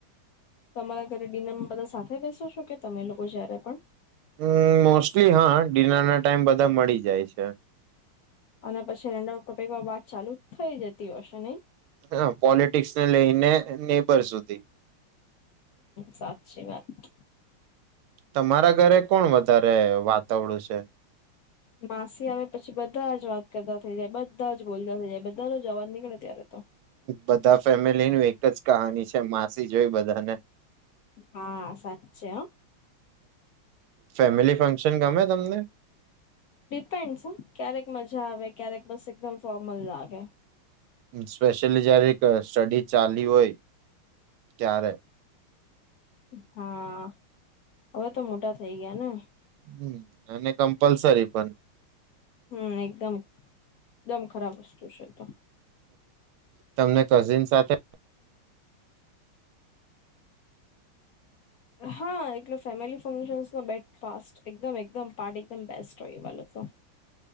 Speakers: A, on the left (about 70°); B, on the right (about 80°).
A: તમારા ઘરે ડિનરમાં બધા સાથે બેસો છો કે તમે લોકો જયારે પણ.
B: હમ મોસ્ટલી હા ડિનર ના ટાઈમ બધા મળી જાય છે.
A: અને પછી રેન્ડઉ ટોપમાં બાદ ચાલુ જ થઈ જતી હશે નહી?
B: હ પોલિટિક્સ ને લઈને નેબર સુધી.
A: સાચી વાત.
B: તમારા ઘરે કોણ વધારે વાતાવરું છે?
A: માસી આવે પછી બધા જ વાત કરતા થઈ જાય બધા જ બોલતા થઈ જાય બધાનો જવાજ નીકળે ત્યારે તો.
B: બધા ફેમિલીનું એક જ કહાની છે માસી જોઈ બધાને.
A: હા સાચ છે હ.
B: ફેમિલી ફંક્શન ગમે તમને?
A: ડિપેન્ડસ ક્યારેક મજા આવે ક્યારેક બસ એકદમ ફોર્મલ લાગે.
B: સ્પેશિયલી જયારે સ્ટડી ચાલી હોય ત્યારે.
A: હા હવે તો મોટા થઇ ગયા ને.
B: હમ અને કમ્પલસરી પણ.
A: હમ એકદમ. એકદમ ખરાબ વસ્તુ છે તો.
B: તમને કઝિન સાથે
A: હા એટલે ફેમિલી ફંક્શનસ ન બેટ ફાસ્ટ એકદમ એકદમ પાર્ટ એકદમ બેસ્ટ હોય વાલો તો.